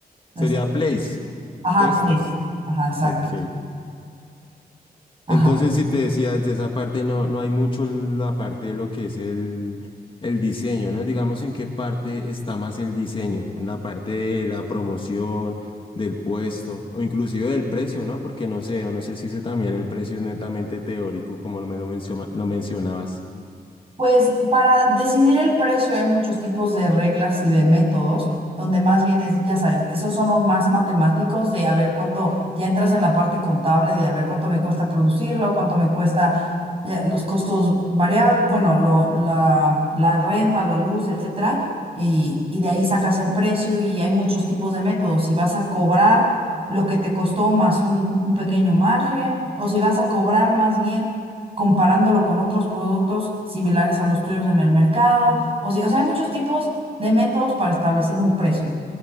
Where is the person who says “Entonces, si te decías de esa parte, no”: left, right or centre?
Left